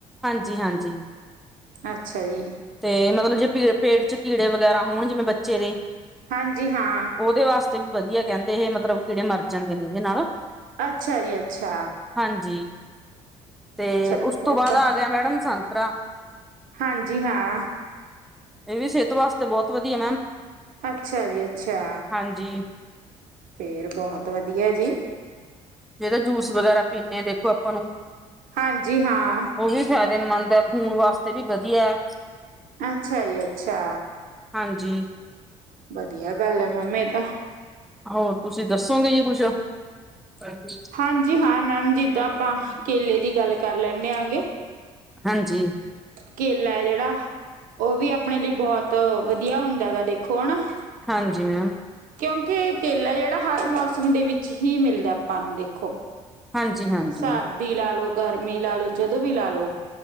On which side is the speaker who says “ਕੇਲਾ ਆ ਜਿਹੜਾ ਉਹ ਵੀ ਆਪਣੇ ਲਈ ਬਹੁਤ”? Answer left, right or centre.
Right